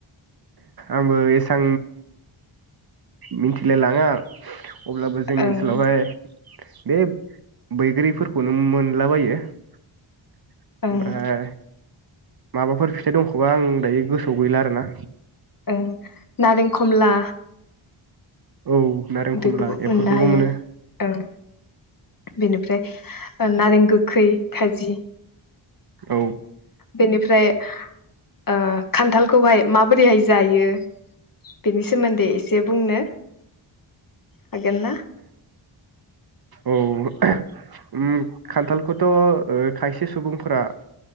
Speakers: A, on the right (about 50°); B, on the left (about 40°).
A: आंबो एसां मिथिलाय लाङा अब्लाबो जोंनि
B: ओं
A: ओनसोलावहाय बे बैग्रिफोरखौनो मोनलाबायो। ओमफ्राय
B: ओं
A: माबाफोर फिथाइ दंख'बा आं दायो गोसोआव गैला आरो ना
B: ओम नारें खमला
A: औ नारें खमला
B: बेखौबो मोननो
A: एफोरखौबो
B: हायो
A: मोनो
B: ओं बेनिफ्राय ओ गोखै खाजि
A: औ
B: बेनिफ्राय ओ खान्थालखौहाय माबोरैहाय जायो? बेनि सोमोन्दै एसे बुंनो। हागोन ना
A: औ ओम खान्थालखौथ' ओ खायसे सुबुंफोरा